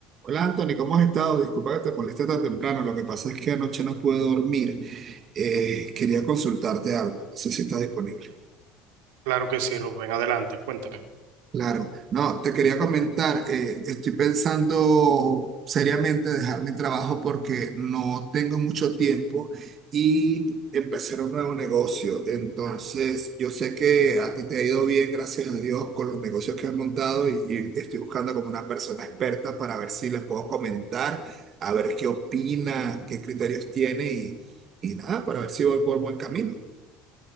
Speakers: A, on the right; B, on the right.
A: Hola Anthony, ¿cómo has estado? Disculpa que te moleste tan temprano. Lo que pasa es que anoche no pude dormir. Eh, quería consultarte algo. No sé si estás disponible.
B: Claro que sí, Rubén, adelante, cuéntame.
A: Claro, no, te quería comentar, eh, estoy pensando seriamente dejar mi trabajo porque no tengo mucho tiempo y empezar un nuevo negocio. Entonces, yo sé que a ti te ha ido bien, gracias a Dios, con los negocios que has montado y, y estoy buscando como una persona experta para ver si les puedo comentar, a ver qué opina, qué criterios tiene y, y nada, para ver si voy por buen camino.